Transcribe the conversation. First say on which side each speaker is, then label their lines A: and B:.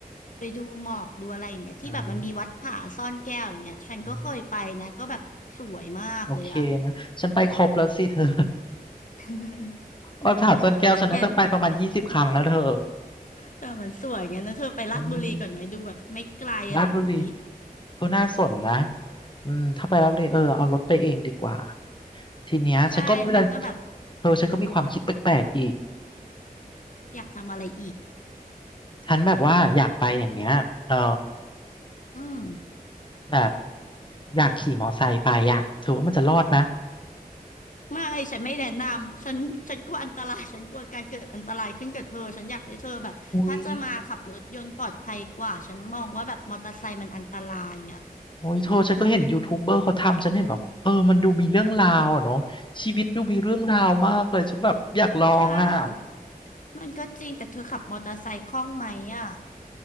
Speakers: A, on the left; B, on the left.
A: ไปดูหมอกดูอะไรอย่างเงี้ยที่แบบมันมีวัดผาซ่อนแก้วอย่างเงี้ยฉันก็เคยไปนะก็แบบสวยมากเลยอะ
B: อ่าอืมโอเคนะ ฉันไปครบแล้วสิเธอ
A: <laughs>
B: วัดผาซ่อนแก้วฉันน่าจะไปประมาณยี่สิบครั้งแล้วเธอ
A: งั้นแต่มันสวยงั้นนะเธอไปลาดบุรีก่อนไหมดูแบบไม่ไกลอะไรอย่างนี้
B: อืมราชบุรีก็น่าสนนะอืมถ้าไปแล้วเลยเออเอารถไปเองดีกว่าทีเนี้ยฉันก็ดูัล
A: ใช่แล้วมันก็แบบ
B: เธอฉันก็มีความคิดแปลกๆอีก
A: อยากทำอะไรอีก
B: ฉันแบบว่าอยากไปอย่างเงี้ยเออ
A: อืม
B: แบบอยากขี่มอไซค์ไปอ่ะเธอว่ามันจะรอดไหม
A: ไม่ฉันไม่แนะนำฉันฉันกลัวอันตรายฉันกลัวการเกิดอันตรายขึ้นกับเธอฉันอยากให้เธอแบบถ้าจะมาขับรถยนต์ปลอดภัยกว่าฉันมองว่าแบบมอเตอร์ไซค์มันอันตรายอ่ะ
B: อุ้ยโอ้ยเธอฉันก็เห็นยูทูบเบอร์เขาทำฉันเห็นแบบเออมันดูมีเรื่องราวอะเนาะชีวิตดูมีเรื่องราวมากเลยฉันแบบอยากลองอ่ะ
A: ใช่มันก็จริงแต่เธอขับมอเตอร์ไซค์คล่องไหมอ่ะ